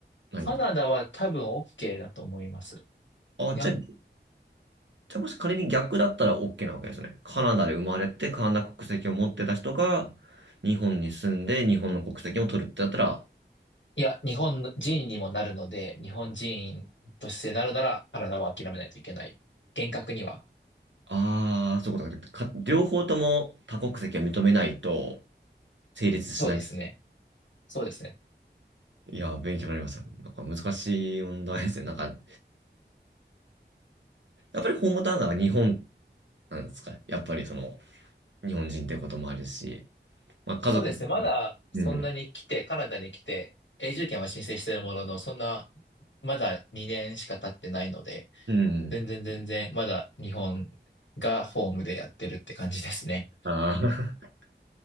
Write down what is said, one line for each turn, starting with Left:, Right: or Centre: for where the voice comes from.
Right: ないんですか
Left: カナダは多分 OK だと思います。
Right: あ、
Left: いや、
Right: じゃあ、じゃあもし仮に逆だったら OK なわけですね。カナダで生まれてカナダ国籍を持ってた人が日本に住んで日本の国籍も取るってなったら
Left: いや、日本人にもなるので、日本人としてなるならカナダは諦めないといけない。厳格には。
Right: ああ、そういうことか。か、両方とも多国籍を認めないと成立しない。
Left: そうですね。そうですね。
Right: いや、勉強になりました。なんか難しい問題ですね。なんか、やっぱりホームタウンが日本なんですか。やっぱりその、日本人ってこともあるし、まあ家族も、
Left: そうですね。まだそんなに来て、
Right: あうん、
Left: カナダに来て、永住権は申請しているものの、そんな、まだ2年しか経ってないので、
Right: うん。
Left: 全然全然、まだ日本がホームでやってるって感じですね。
Right: あ